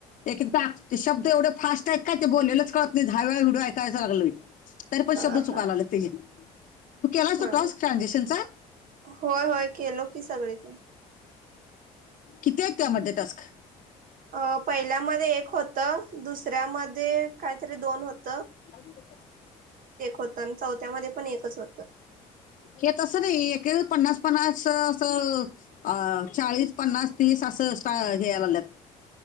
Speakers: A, on the left; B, on the right.
A: एक एकदा ते शब्द एवढे फास्ट आहेत काय ते बोललेलंच कळत नाही हहा वळा व्हिडिओ ऐकायचा लागलोयरी
B: हा
A: पण शब्द चुकायला
B: हा
A: लागलेत ते तू केला अस
B: हा
A: टॉस् ट्रानझेशनस
B: होय होय केलो की सगळे ते
A: किती्या त्या मरज टस्क
B: अ पहिल्यामध्ये एक होतं दुसऱ्यामध्ये काहीतरी दोन होत
A: नाही
B: होतं आणि चौथ्यामध्ये पण एकच होतं.
A: हे तसं नाही एक पन्नास पन्नास असं अ चाळीस पन्नास तीस असं हेयला लात